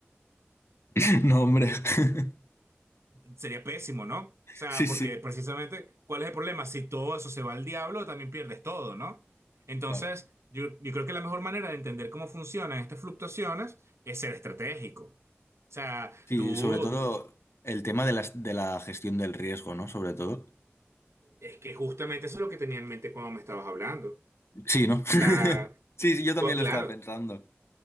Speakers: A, on the left; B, on the right.
A: <laughs> No, hombre. <laughs>
B: Sería pésimo, ¿no? O sea,
A: Sí,
B: porque
A: sí,
B: precisamente, ¿cuál es el problema? Si todo eso se va al diablo, también pierdes todo, ¿no? Entonces,
A: claro.
B: yo, yo creo que la mejor manera de entender cómo funcionan estas fluctuaciones es ser estratégico. O sea,
A: Sí,
B: tú
A: sobre todo el tema de las- de la gestión del riesgo, ¿no? Sobre todo.
B: Es que justamente eso es lo que tenía en mente cuando me estabas hablando. O
A: Sí, ¿no? <laughs>
B: sea,
A: Sí, sí, yo también
B: cu- claro,
A: lo estaba pensando.